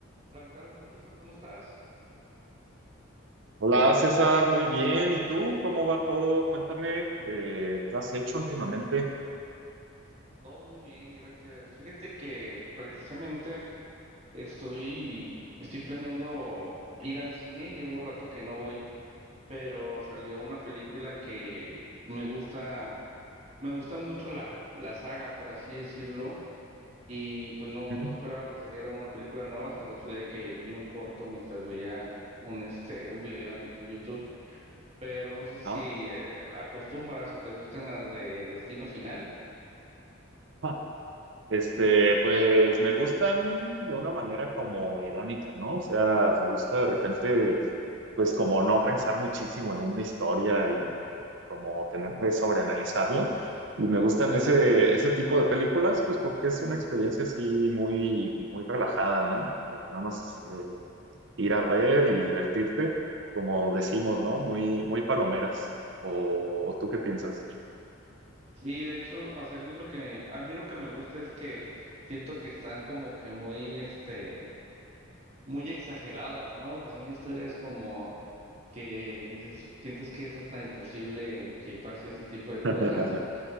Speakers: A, on the right; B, on the right.
A: Hola, ¿qué tal, Francisco? ¿Cómo estás?
B: Hola César, muy bien. ¿Y tú? ¿Cómo va todo? Cuéntame, eh, ¿qué has hecho últimamente?
A: Todo muy bien, gracias. Fíjate que precisamente estoy, estoy planeando ir al cine, llevo rato que no voy, pero salió una película que me gusta, me gusta mucho la, la saga, por así decirlo, y pues no,
B: Ujú.
A: no esperaba que saliera una película nueva hasta el otro día que vi un corto mientras veía un, este, un video en, en YouTube, pero no sé si
B: Ah.
A: eh, acostumbras o te gustan las de Destino Final.
B: <laughs> Este, pues me gustan de una manera como irónica, ¿no? O sea, me gusta de repente, pues como no pensar muchísimo en una historia y como tener que sobreanalizarla. Y me gustan ese, ese tipo de películas, pues porque es una experiencia así muy, muy relajada, ¿no? Como nada más eh, ir a ver y divertirte, como decimos, ¿no? Muy, muy palomeras. ¿O, o tú qué piensas?
A: Sí, de hecho, o sea, a mí lo que a mí lo que me gusta es que siento que están como que muy este muy exageradas, ¿no? Que son historias como que dices, sientes que es hasta imposible que pase ese tipo de
B: <laughs>
A: cosas.